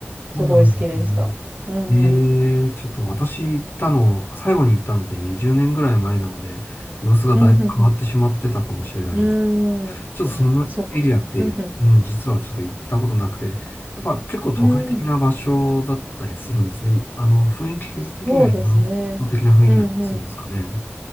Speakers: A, on the left (about 50°); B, on the right (about 35°).
A: そうなんですね。
B: すごい好きでした。うんうん。
A: ええ、ちょっと私行ったの、最後に行ったので20年ぐらい前なので、様子がだいぶ変わってしまってたかもしれないです。
B: うんうんうん。うーん。
A: ちょっとそのエリアって、
B: あ、そうか。うんう
A: うん、実はちょっと行ったことなくて、やっぱ結構都会的な場所だったりするんですね。
B: ん。うーん。
A: あの、雰囲気的にはヨーロッパ的な雰囲気だったりするんですかね。
B: そうですね。うんうん。